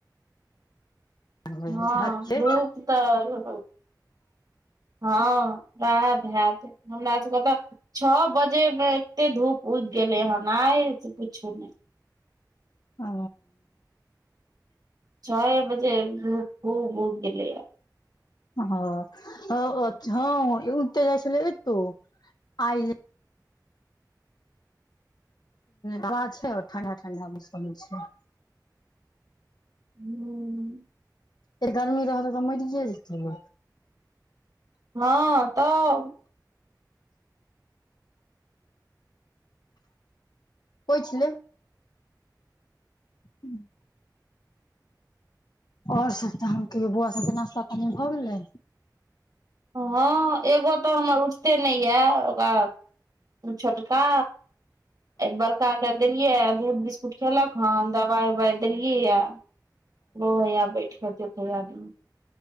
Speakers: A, on the left; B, on the right.
A: भ
B: हँ
A: जाइ छै हद छै
B: घूप तऽ हँ बड़ा भ्यात। हमरा सबके तऽ छओ बजे मे एते धूप उगि गेलै हन आइ, से पुछू नहि।
A: ओ।
B: छ ए बजे धुप खूब उग गेलै या।
A: हं ओ हँ, उग तऽ जाय छेलै एतौ, आय हवा छै, और ठण्डा -ठण्डा मौसम छैय।
B: हूँ।
A: एते गर्मी रहतै तऽ मैरिेये जेतै।
B: हँ तऽ
A: पोयछ ले <unintelligible> और सब तहन कहियो बौआ सबके नाश्ता पानी भऽ गेलै?
B: हँ एगो तऽ हमर उठते नैय या ओकरा छोटका बड़का के देलियै आ दूध बिस्कुट खेलक हन द बाय -बाय देलीयै या वो है या बैठ <unintelligible> याद